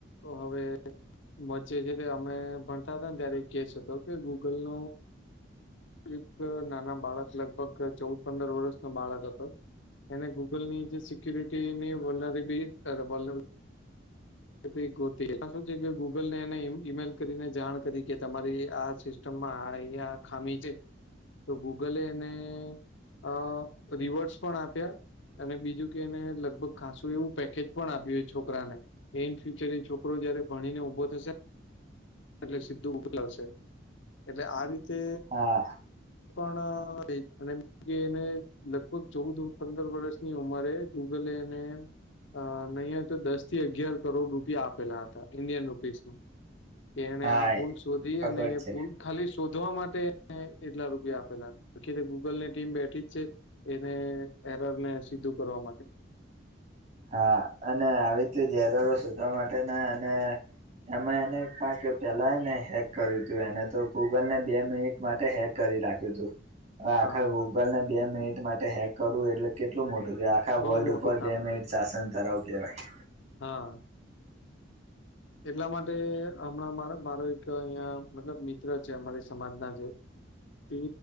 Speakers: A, on the left; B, on the right.
A: હવે મ્ે છે તે અમે ભણતા હતા ને ત્યારે કેસ હતો કે ગૂગલ ન એક નાના બાળક લગભગ ચૌદ પંદર વર્ષ નો બાળક હતો. એને ગૂગલ ની જે સિક્યુરિટીની વલર બી વોલર શ છે કે ગૂગલ ને એને ઈમેલ કરીને જાણ કરી કે તમારી આ માં અહ ખામી છે, તો ગૂગલેને અ રિવર્સ પણ આપ્યા. અને બીજું કે એને લગભગ ખાસું એવું પેકેજ પણ આપ્યુંય છોકરાને. એ ઇન ફ્યુચર એ છોકરો જયારે ભણીને ઊભો થશે. એટલે સીધું ઉભલાવશે, એટલે આ રીતે
B: હા
A: પણ એને લગભગ ચૌદ પંદર વર્ષની ઉંમરે ગુગલ એને અ નહીં તો દસ થી અગિયાર કરોડ રૂપિયા આપેલા હતા ઇન્ડિયન રૂપીસ મા કે એને
B: હા
A: આ ભૂલ શોધી
B: ખબર
A: અને
B: છે
A: ભૂલ ખાલી શોધવા માટે અને એટલા રૂપિયા આપેલા આખીરે ગૂગલની ટીમ બેઠી જ છે એને એરર ને સીધું કરવા માટે
B: હા અને આવી રીતે જ અરરો સુધારવા માટે ને અને એમાં એને કારણ કે પેલા ને હે હ કરયુ તું એને તો ગૂગલને બે મિનિટ માટે હેક કરી રાખ્યું હતું અને આખા
A: હા
B: ગ્રુપ ગૂગલને બે મિનિટ માટે હેક કરવું એટલે કેટલું મોટું છે આખા વર્લ્ડ
A: બહુ મોટું
B: ઉપર
A: કામ
B: બે મિનિટ
A: છે
B: દાસન તરાવ કહેવાય
A: હા એટલા માટે હમણાં મારો મારો એક અહિયાં મતલબ મિત્ર છે અમારી સમાજના જે તે